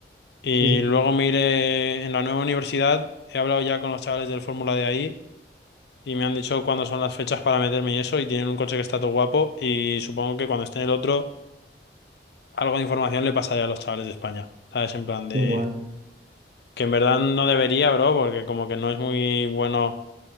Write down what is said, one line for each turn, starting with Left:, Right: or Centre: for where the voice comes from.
Left: Y
Right: sí,
Left: luego me iré en la nueva universidad, he hablado ya con los chavales del Fórmula de ahí y me han dicho cuándo son las fechas para meterme y eso, y tienen un coche que está todo guapo y supongo que cuando esté en el otro, algo de información le pasaré a los chavales de España, ¿sabes? En plan de...
Right: Qué bueno.
Left: Que en verdad no debería, bro, porque como que no es muy bueno